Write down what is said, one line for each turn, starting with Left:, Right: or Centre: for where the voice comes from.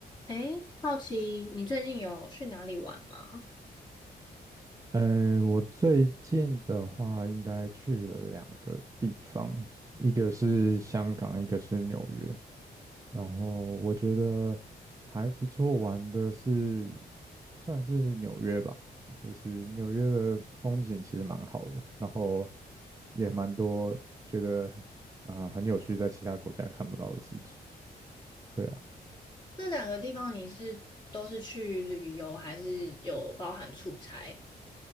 Left: 诶，好奇你最近有去哪里玩吗？
Right: 呃，我最近的话应该去了两个地方，一个是香港，一个是纽约。然后我觉得还不错玩的是，算是纽约吧，就是纽约的风景其实蛮好的，然后也蛮多觉得啊、呃很有趣，在其他国家看不到的事情。对啊，
Left: 这两个地方你是都是去旅游，还是有包含出差？